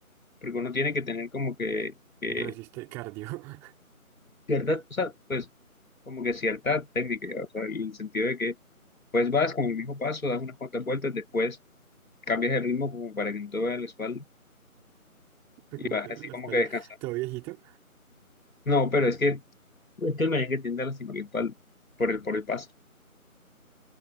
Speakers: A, on the left (about 65°); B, in the centre.
A: porque uno tiene que tener como que, que
B: Resiste cardio, <laughs>
A: cierta, o sea, pues como que cierta técnica, ya, o sea, en el sentido de que pues vas con el mismo paso, das unas cuantas vueltas, después cambias el ritmo como para que no te vea la espalda
B: para
A: y
B: que
A: vas
B: no te
A: así
B: duele la
A: como
B: espalda.
A: que descansando.
B: Todo viejito.
A: No, pero es que, es que el merengue tiende a lastimar la espalda por el, por el paso,